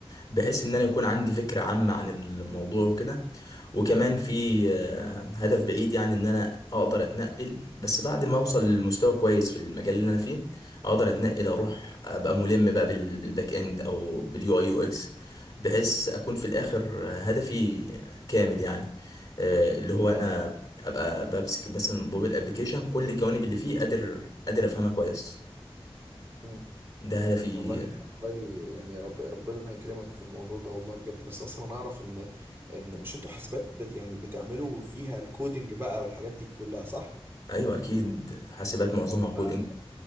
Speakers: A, on the left; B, on the right.
A: بحيث ان
B: مم.
A: انا يكون عندي فكرة عامة عن الموضوع وكده وكمان في آه، هدف بعيد يعني ان انا اقدر اتنقل بس بعد ما اوصل لمستوى كويس في المجال اللي انا فيه اقدر اتنقل اروح ابقى ملم بقى بال- بالباك اند او باليو اي يو اكس بحيث اكون في الاخر هدفي كامل يعني آه، اللي هو
B: اه
A: انا ابقى بمسك بس الموبايل ابلكيشن كل الجوانب اللي فيه قادر قادر افهمها كويس
B: امم
A: ده هدفي
B: والله والله يعني يا رب ربنا يكرمك في الموضوع ده والله بجد بس اصلا انا اعرف ان ان مش انتوا حاسبات بت يعني بتعملوا فيها الكودينج بقى والحاجات دي كلها صح؟
A: ايوه اكيد حاسبات معظمها كودينج
B: ما